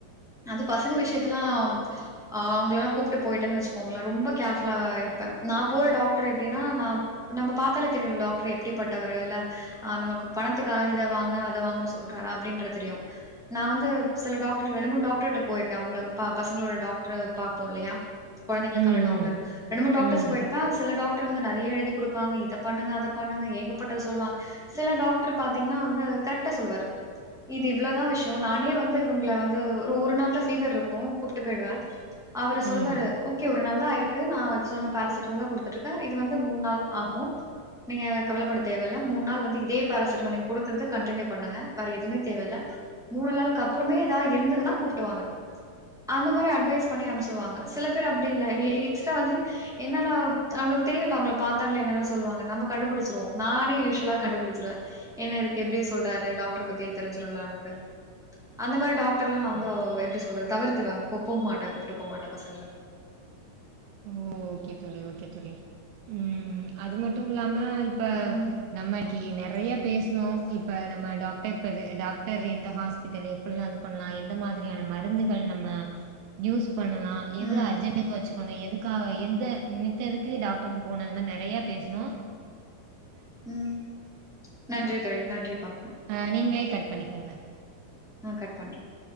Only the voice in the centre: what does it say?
அது பசங்க விஷயத்துல்லாம் அஹ் அவுங்க எல்லாம் கூப்பிட்டு போயிட்டேன்னு வச்சுக்கோங்களேன் ரொம்ப கேர்ஃபுல்லா இருப்ப நா போற டாக்டர் எப்டின்னா ந நம்ம பாத்தாலே தெரியுல டாக்டர் எப்படிப்பட்டவர் இல்ல நமக்கு பணத்துக்காக இத வாங்கு அத வாங்குன்னு சொ சொல்ராற அப்டின்றது தெரியும் நா வந்து சில டாக்டர் ரெண்டு மூணு டாக்டருட்ட போயிருக்கேன் அவுங்க பசங்களோட டாக்டர் பாப்போம் இல்லயா குழந்தைளுக்கான
டாக்டர் ரெண்டு மூணு டாக்டர்
டாக்டர்ஸ் போயிருப்பே சில டாக்டர் வந்து நிறைய எழுதி கொடுப்பாங்க இத பண்ணுங்க அத பண்ணுங்க ஏகப்பட்டது சொல்லுவாங்க சில டாக்டர் டாக்டர் பாத்தீங்கன்னா வந்து கரெக்ட்டா சொல்லுவாரு இது இவ்ளோதான் விஷயம் நானே வந்து இவுங்கள வந்து ஒரு ஒரு நாள் தான் ஃபீவர் இருக்கும் கூப்ட்டு போயிடுவே அவரு சொல்வாரு
ஓகே ஒரு நாள் தான் ஆயிருக்கு நா சொன்ன பாரசிட்டமல கொடுத்துட்டு இருக்கேன் இது வந்து மூணு நாள் ஆகும் நீங்க கவலப்பட தேவயில்ல மூணு நாள் வந்து இதே பாரசிட்டமலிங் குடுக்குறது கண்டினியூ பண்ணுங்க வேற எதுமே தேவயில்ல மூணு நாள்க்கு அப்புறமே ஏதாவது இருந்ததுன்னா கூப்ட்டுவாங்க அந்த மாரி அட்வைஸ் பண்ணி அனுப்ச்சுடுவாங்க சில பேர் அப்டி இல்ல எ எ எக்ஸ்ட்ரா வந்து என்ன அப்புறம் தெரியல அவுங்கள பாத்தாலே என்னென்ன சொல்லுவாங்க நம்ம கண்டுபிடிச்சுருவோம் நானே யூுஸ்வலா கண்டுபிடிச்சுருவேன் என்ன ஏதுக் இப்டி சொல்றாரு டாக்டரு பத்தி தெரிஞ்சிடும்ல நமக்கு அந்த மாரி டாக்டர்லா நா
வந்து எப்டி சொல்றது தவிர்த்திடுவ போ போமாட்ட கூப்புட்டு போமாட்ட பசங்கள
ம்
ம்
ம் நன்றி தோழி நன்றிப்பா
நா கட் பண்ற